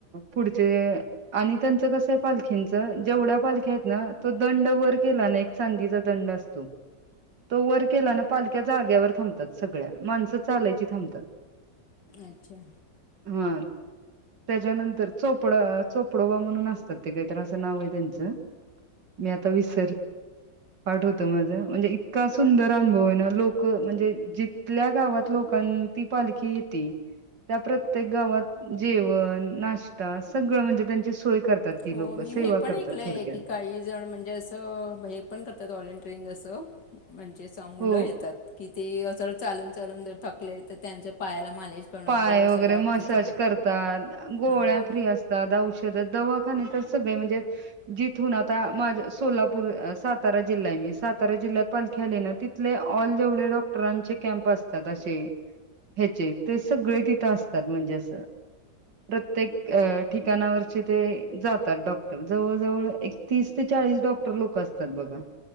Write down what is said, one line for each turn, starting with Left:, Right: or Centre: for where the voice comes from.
Right: पुढचे.. आणि त्यांच कस आहे पालखींच जेवढ्या पालख्या आहेत ना तो दंड वर केला ना एक चांदीचा.. दंड असतो तो वर केला ना पालख्या जागेवर थांब.. सगळ्या माणसं चालायची थांबतात..
Left: अच्छा..
Right: हा त्याच्यानंतर चोपडा चोपडोबा म्हणून असतात ते काहीतरी असं नाव हाय त्यांचं.. मी आता विस.. पाठ होत माझं म्हणजे इतका सुंदर अनुभव आहे ना लोक म्हणजे जिथल्या गावात लोकां ती पालखी येती. त्या प्रत्येक गावात जेवण नाष्टा सगळं म्हणजे त्यांची सोय करतात ती
Left: हो
Right: लोक
Left: मी
Right: सेवा
Left: हे पण
Right: करतात
Left: ऐकलयं
Right: थोडक्यात
Left: की काही जण म्हणजे असं हे पण करतात व्हॉलेंटिअरिंग असं म्हणजे असं मुलं
Right: हो
Left: येतात कि ते असं चालून चालून जर थकले तर त्यांच्या पायाला मालिश करणं
Right: पाय
Left: असं
Right: वगैरे
Left: रात्रीचं
Right: मसाज करतात गोळ्या
Left: हां.
Right: फ्री असतात औषध दवाखाने तर सगळे म्हणजे जिथून आता माझं सोलापूर सातारा जिल्हा सातारा जिल्ह्यात पालखी आली ना तिथले ऑल जेवढे डॉक्टरांचे कॅम्प असतात असे ह्याचे ते सगळे तिथं असतात म्हणजे असं प्रत्येक ठिकाणावरचे ते जातात डॉक्टर जवळ जवळ एकतीस ते चा चाळीस डॉक्टर लोकं असतात बघा